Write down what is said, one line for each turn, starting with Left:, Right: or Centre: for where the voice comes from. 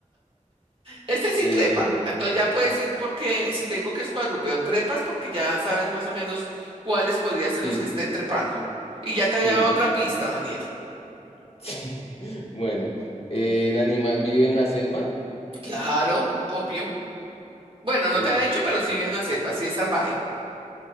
Right: Este sí
Left: Eh,
Right: trepa. Entonces ya puedes ir porque, si te digo que es cuadrúpedo, trepas porque ya sabes más o menos cuáles podrían ser
Left: sí.
Right: los que estén trepando. Y ya
Left: Sí,
Right: te había dado otra pista, Daniel.
Left: Sí. <laughs> Bueno, eh, el animal vive en la selva,
Right: Claro, obvio. Bueno, no
Left: en
Right: te había
Left: la
Right: dicho,
Left: se-
Right: pero sí vive en la selva, sí es salvaje.